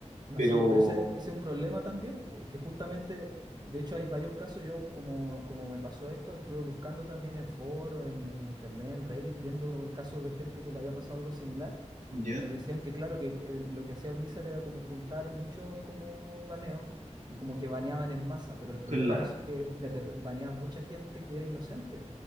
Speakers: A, on the right (about 35°); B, on the right (about 75°).
A: masivo.
B: Pero,
A: Pero ese, ese es un problema también, pues. Es que justamente, de hecho, hay varios casos. Yo, como, como me pasó esto, estuve buscando también en foros, en, en internet, en Reddit, viendo casos de gente que le había pasado algo similar.
B: ¿ya?
A: Y decían que, claro, que el- lo que hacía Blizzard era como juntar muchos como baneos y como que baneaban en masa. Pero el problema
B: Claro,
A: de eso es que de rep- baneaban mucha gente que era inocente.